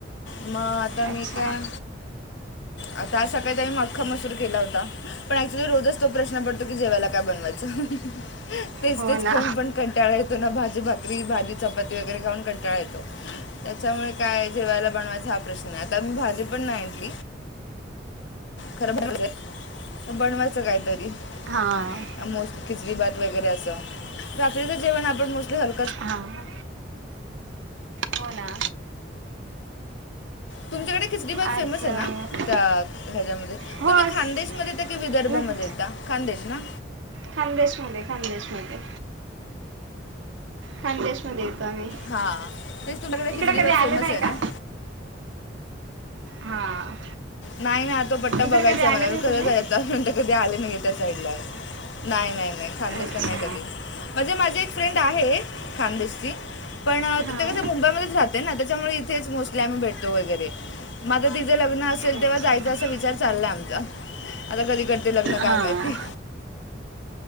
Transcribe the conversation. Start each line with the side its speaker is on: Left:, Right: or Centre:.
Left: मग आता मी
Right: अच्छा
Left: काय आता आज सकाळीच्यान आख्खा मसूर केला होता, पण ऍक्च्युली रोजचं तो प्रश्न पडतो की जेवायला काय बनवायचं? तेच
Right: हो
Left: तेच
Right: ना
Left: खाऊन पण कंटाळा येतो ना, भाजी भाकरी, भाजी चपाती, वगैरे खाऊन कंटाळा येतो. त्याच्यामुळे काय जेवायला बनवायचा हा प्रश्न नाही, आता मी भाजी पण नाही आणली. खर बोलते, बनवायचं काहीतरी.
Right: हां.
Left: <unintelligible> वगैरे असं रात्रीचं जेवण आपण मोस्टली हलं
Right: हां, हो ना.
Left: तुमच्याकडे खिचडीभात
Right: आज
Left: फेमस
Right: अं,
Left: आहे ना? त्या ह्याच्यामध्ये
Right: हो
Left: तुम्ही खानदेशमध्ये
Right: स-
Left: येता कि विदर्भामध्ये
Right: नाही
Left: येता, खानदेश ना?
Right: खानदेशमध्ये, खानदेशमध्ये. खानदेशमध्ये येतो आम्ही,
Left: हां तेच तुमच्याकडे
Right: इकडे
Left: खिचडी भात
Right: कधी आले
Left: फेमस
Right: नाही
Left: आहे
Right: का?
Left: ना
Right: हां.
Left: नाही ना तो पट्टा
Right: इकडे
Left: बघायचा
Right: कधी आले
Left: आहे मला
Right: नाही तुम्ही
Left: <unintelligible> मी कधी आले नाही त्या साईडला. नाही, नाही, नाही, खांदेशला
Right: अच्छा
Left: नाही कधी. म्हणजे माझी एक फ्रेंड आहे खानदेशची, पण
Right: हां
Left: ते कसं मुंबईमध्येच राहत ते ना त्याच्यामुळे इथेच मोस्टली आम्ही भटतो वगैरे माझं, तीचं लग्न असे तेव्हा
Right: अच्छा
Left: जायचा असा विचार चाललाय आमचा, आता कधी करते लग्न काय
Right: हां
Left: माहिती?